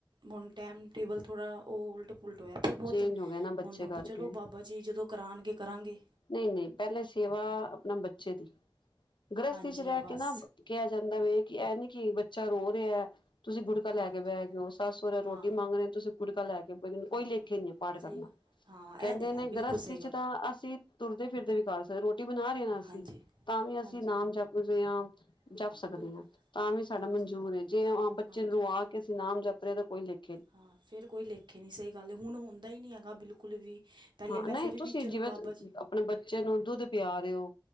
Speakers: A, on the right; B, on the left.
A: ਹੁਣ ਟਾਈਮ ਟੇਬਲ, ਥੋੜਾ ਉਹ ਉਲਟ- ਪੁਲਟ ਹੋਇਆ ਪਿਆ। ਬਹੁਤ
B: ਚੇਂਜ ਹੋ ਗਿਆ ਨਾ ਬੱਚੇ
A: ਹੁਣ
B: ਕਰਕੇ
A: ਚਲੋ ਬਾਬਾ ਜੀ ਜਦੋਂ, ਕਰਾਉਣਗੇ, ਕਰਾਂਗੇ।
B: ਨਹੀਂ- ਨਹੀਂ, ਪਹਿਲੇ ਸੇਵਾ ਆਪਣਾ ਬੱਚੇ ਦੀ। ਗ੍ਰਸਥੀ
A: ਹਾਂਜੀ
B: ਚ ਰਹਿ
A: ਬਸ
B: ਕੇ ਨਾ ਕਿਹਾ ਜਾਂਦਾ ਵਾ। ਕਿ, ਇਹ ਨੀ ਕੀ, ਬੱਚਾ ਰੋ ਰਿਹਾ। ਤੁਸੀਂ ਗੁਰੂ ਕੁੜਕਾ ਲੈ
A: ਹਾਂਜੀ
B: ਕੇ ਬੈਠ, ਗਏ ਹੋ। ਸੱਸ- ਸਹੁਰੇ, ਰੋਟੀ
A: ਹਾਂ
B: ਮੰਗ ਰਹੇ, ਤੁਸੀਂ ਕੁੜਕਾ ਲੈ ਕੇ। ਕੋਈ
A: ਹਾਂ
B: ਲੇਖੇ ਨੀ ਪਾਠ ਕਰਨਾ।
A: ਸਹੀ ਗੱਲ ਹਾਂ
B: ਕਹਿੰਦੇ
A: ਇਹ ਤਾਂ ਹੈ
B: ਨੇ,
A: ਬਿਲਕੁਲ
B: ਗ੍ਰਸਤੀ
A: ਸਹੀ ਗੱਲ
B: ਚ ਤਾਂ ਅਸੀਂ ਤੁਰਦੇ- ਫਿਰਦੇ ਵੀ ਕਰ ਸਕਦੇ। ਰੋਟੀ ਬਣਾ ਰਹੇ ਹਾਂ, ਨਾ ਅਸੀਂ।
A: ਹਾਂਜੀ
B: ਤਾਂ ਵੀ ਅਸੀਂ
A: ਹਾਂਜੀ
B: ਨਾਮ ਜਪਦੇ ਹਾਂ।
A: ਹਾਂ
B: ਜਪ ਸਕਦੇ
A: ਬਿਲਕੁਲ
B: ਹਾਂ। ਤਾਂ ਵੀ ਸਾਡਾ
A: ਹਾਂਜੀ
B: ਮਨਜੂਰ ਹੈ। ਜੇ ਬੱਚੇ
A: ਹਾਂਜੀ
B: ਨੂੰ ਰੂੰ ਆ ਕੇ, ਅਸੀਂ ਨਾਮ ਜਪ ਰਹੇ। ਤਾਂ ਕੋਈ ਲਿਖ
A: ਹਾਂ ਫੇਰ ਕੋਈ ਲੇਖੇ ਨਹੀਂ। ਸਹੀ ਗੱਲ ਏ। ਹੁਣ ਹੁੰਦਾ ਹੀ ਨਹੀਂ ਹੈਗਾ। ਬਿਲਕੁਲ ਵੀ, ਪਹਿਲੇ
B: ਹਾਂ
A: ਮੈਂ
B: ਨਹੀਂ
A: ਫੇਰ
B: ਤੁਸੀਂ
A: ਵੀ ਚਲੋ
B: ਜਿਵੇਂ
A: ਬਾਬਾ ਜੀ
B: ਆਪਣੇ ਬੱਚੇ ਨੂੰ, ਦੁੱਧ ਪਿਆ ਰਹੇ ਹੋ।